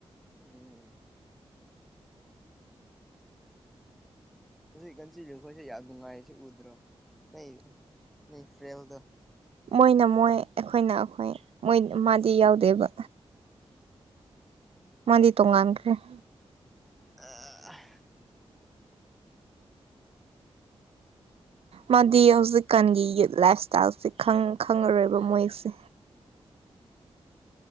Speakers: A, in the centre; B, on the right.
A: ꯎꯝ꯫ ꯍꯧꯖꯤꯛ ꯉꯟꯆꯤꯕꯤ ꯈꯣꯏꯁꯦ ꯌꯥꯝ ꯅꯨꯡꯉꯥꯏꯔꯁꯦ ꯎꯗ꯭ꯔꯣ, ꯅꯣꯏ <unintelligible>
B: ꯃꯣꯏꯅ ꯃꯣꯏ, ꯑꯩꯈꯣꯏꯅ ꯑꯩꯈꯣꯏ, ꯃꯣꯏ, ꯃꯥꯗꯤ ꯌꯥꯎꯗꯦꯕ꯫ ꯃꯥꯥꯗꯤ ꯇꯣꯡꯉꯥꯟꯈ꯭ꯔꯦ꯫ ꯎꯝ
A: ꯑ
B: ꯃꯥꯗꯤ ꯍꯧꯖꯤꯛꯀꯥꯟꯒꯤ ꯌꯨꯠ ꯂꯥꯏꯐ ꯁ꯭ꯇꯥꯏꯜꯁꯦ ꯈꯪ, ꯈꯪꯉꯔꯣꯏꯕ ꯃꯣꯏꯁꯦ꯫